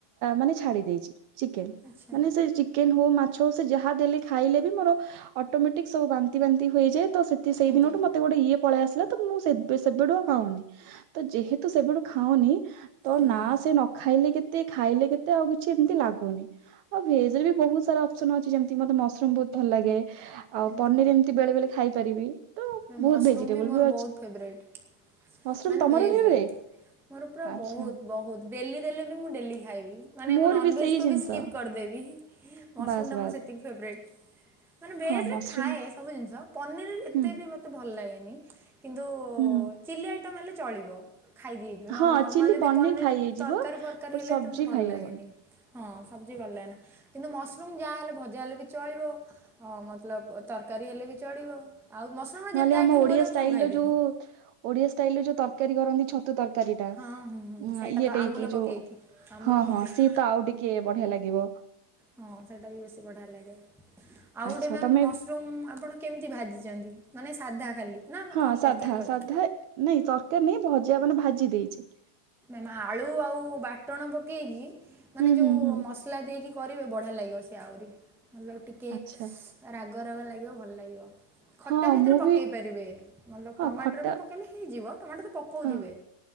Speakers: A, on the right; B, in the centre.
A: ମାନେ ଛାଡ଼ି ଦେଇଛି ଚିକେନ
B: ଆଚ୍ଛା
A: ମାନେ ସେ ଚିକ୍ କେନ ହଉ ମାଛ ହଉ ସେ ଯାହା ଦେଲେ ଖାଇଲେ ବି ମୋର ଅଟୋମେଟିକ୍ ସବୁ ବାନ୍ତି ବାନ୍ତି ହୋଇଯାଏ ତ ସେ ସେଇ
B: ଆଜ୍ଞା
A: ଦିନଠୁ ମତେ ଗୋଟେ ଇଏ ପଳେଇ ଆସିଲା ତ ମୁଁ ସେ ସେବେଠୁ ଆଉ ଖାଉନି। ତ ଯେହେତୁ ସେବେଠୁ ଖାଉନି ତ
B: ଆଜ୍ଞା
A: ନା ସେ ନ ଖାଇଲେ କେ କେତେ ଖାଇଲେ କେତେ ଆଉ କିଛି ଏମିତି ଲାଗୁନି। ଅ ଭେଜ ରେ ବି ବହୁତ ସାରା ଅପସନ ଅଛି ଯେମିତି ମତେ ମସରୁମ ବହୁତ ଭଲ ଲାଗେ। ଆଉ
B: ଆଜ୍ଞା।
A: ପନିର ଏମିତି ବେଳେ ବେଳେ ଖାଇ ପାରିବି ତ
B: ମ୍ୟାମ୍
A: ବହୁତ
B: ମସରୁମ୍
A: ଭେଜିଟେବୁଲ
B: ମୋର
A: ବି
B: ବହୁତ ଫେବରାଇଟ୍।
A: ମସରୁମ୍
B: ମାନେ
A: ତମର
B: ଭେଜରେ
A: ଫେଭରାଇ
B: ମୋର ପୁରା
A: ଆଚ୍ଛା।
B: ବହୁତ ବହୁତ ଡେଲି ଦେଲେ ବି ମୁଁ ଡେଲି ଖାଇବି ମାନେ
A: ମୋର
B: ମୁଁ ନନ ଭେଜ
A: ସେଇ
B: କୁ
A: ଜିନିଷ
B: ବି ସ୍କିପ୍ କରିଦେବି। ମସରୁମ୍
A: ବାସ୍
B: ଟା
A: ବାସ୍
B: ମୋର ସେତିକି ଫେବରାଇଟ୍ ମାନେ ଭେଜ
A: ହଁ ମସରୁମ
B: ଏ ସବୁ ଜିନିଷ ପନିର ଏତେ
A: ହୁଁ
B: ବି ମତେ ଭଲ ଲାଗେନି କିନ୍ତୁ
A: ହୁଁ
B: ଚିଲି ଆଇ ତମେ ହେଲେ ଚଳିବ। ଖାଇ ଦିଏ
A: ହଁ
B: ନର୍ମାଲି
A: ଚିଲି
B: ଯଦି
A: ପନିର
B: ପନିର୍
A: ଖାଇ ହେଇଯିବ
B: ତରକାରୀ ଫରକାରୀ
A: ବଟ
B: ହେଲେ
A: ସବଜି
B: ଏତେ ମତେ ଭଲ
A: ଖାଇହବନି
B: ଲାଗେନି। ହଁ ସବଜି ବଲ ଲାଗେନା। କିନ୍ତୁ ମସ୍‌ରୁମ୍ ଯାହାହେଲେ ଭଜା ହେଲେ ବି ଚଳିବ ଅ ମତଲବ ତରକାରୀ ହେଲେ ବି ଚଳିବ। ଆଉ ମସରୁମ୍ ରେ
A: ନହେଲେ
B: ଯେତେ ଆଇଠମ୍
A: ଆମ ଓଡିଆ
B: କରିବ
A: ଷ୍ଟାଇଲ
B: ମୁଁ ସବୁ ଖାଇଦେବି।
A: ର ଯୋଉ ଓଡିଆ ଷ୍ଟାଇଲ୍ ରେ ଯୋଉ ତରକାରୀ କରନ୍ତି ଛ ତୁ ତରକାରୀ ଟା
B: ହଁ ହୁଁ ହୁଁ ସେଇଟା
A: ଇଏ
B: ତ
A: ଟେକି
B: ଆମ୍ବୁଲ ପକେଇକି
A: ଯୋଉ
B: ଆମ୍ବୁଲ
A: ହଁ
B: ପକେଇକି
A: ହଁ ସିଏ ତ ଆଉ ଟି କିଏ ବଢିଆ ଲାଗିବ।
B: ହଁ ସେଇଟା ବି ବେଶୀ ବଢିଆ ଲାଗେ ଆଉ
A: ଆଚ୍ଛା
B: ଗୋଟେ ମ୍ୟାମ
A: ତମେ
B: ମସ୍ ରୁମ୍ ଆପଣ କେମିତି ଭାଜିଚନ୍ତି ମାନେ ସାଧା ଖାଲି। ନା
A: ହଁ
B: କଣ
A: ସାଧା
B: ତରକାରୀ କରିଛନ୍ତି?
A: ସାଧା ନାଇଁ ତରକାରୀ ନାଇ ଭଜା ମାନେ ଭାଜି ଦେଇଚି।
B: ମା ଆଳୁ ଆଉ ବାଟଣ ପକେଇକି ମାନେ
A: ହୁଁ
B: ଯୋଉ
A: ହୁଁ ହୁଁ
B: ମସ୍ ଲା ଦେଇକି କରିବେ ବଢ଼ିଆ ଲାଗିବ ସେ ଆଉରି ମତଲବ ଟିକେ
A: ଆଚ୍ଛା
B: ରାଗ ରାଗ ଲାଗିବ ଭଲ ଲାଗିବ। ଖଟା
A: ହଁ
B: ବି ସେଥିରେ
A: ମୁଁ
B: ପକେଇ ପାରିବେ ମତଲବ
A: ହଁ
B: ଟମାଟୋ
A: ଖଟା
B: ବି ପକେଇଲେ ହେଇଯିବ ଟମାଟୋ ତ ପକଉଥିବେ।
A: ହଁ